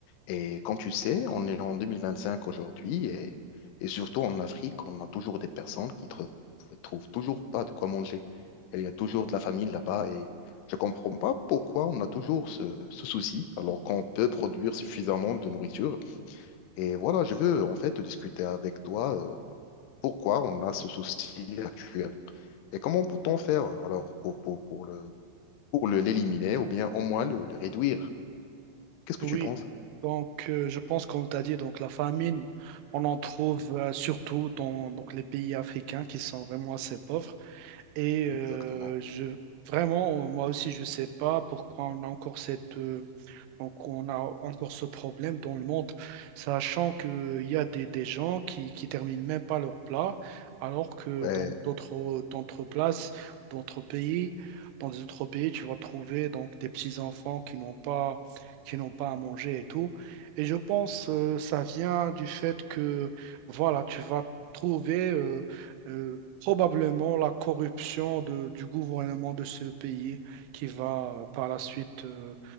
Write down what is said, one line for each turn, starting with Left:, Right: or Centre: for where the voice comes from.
Left: Et comme tu sais, on est en 2025 aujourd'hui et, et surtout en Afrique, on a toujours des personnes qui ne trouvent toujours pas de quoi manger. Et il y a toujours de la famine là-bas et je ne comprends pas pourquoi on a toujours ce, ce souci alors qu'on peut produire suffisamment de nourriture. Et voilà, je veux en fait discuter avec toi euh, pourquoi on a ce souci actuel et comment peut-on faire alors pour, pour, pour le, pour le, l'éliminer ou bien au moins le le réduire. Qu'est-ce que
Right: Oui,
Left: tu penses
Right: donc euh, je pense comme tu as dit, donc la famine, on en trouve euh, surtout dans donc, les pays africains qui sont vraiment assez pauvres. Et euh,
Left: exactement?
Right: je, vraiment, euh, moi aussi, je ne sais pas pourquoi on a encore cette, euh, Donc, on a encore ce problème dans le monde, sachant qu'il y a des, des gens qui, qui terminent même pas leur plat, alors que
Left: Ouais.
Right: dans d'autres, d'autres places, d'autres pays, dans des autres pays, tu vas trouver donc des petits enfants qui n'ont pas, qui n'ont pas à manger et tout. Et je pense que ça vient du fait que, voilà, tu vas trouver euh, euh, probablement la corruption de- du gouvernement de ce pays qui va euh, par la suite. euh,